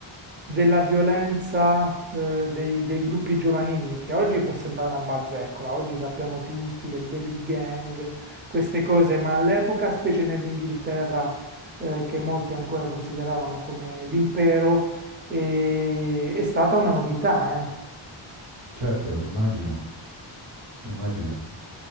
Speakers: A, on the right (about 20°); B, on the right (about 65°).
A: della violenza eh, dei, dei gruppi giovanili, che oggi può sembrare una bazzeccola, oggi sappiamo tutti, le baby gang, queste cose, ma all'epoca, specie nell'Inghilterra, eh, che molti ancora consideravano come l'impero, eh, è stata una novità, eh?
B: Certo, immagino, immagino.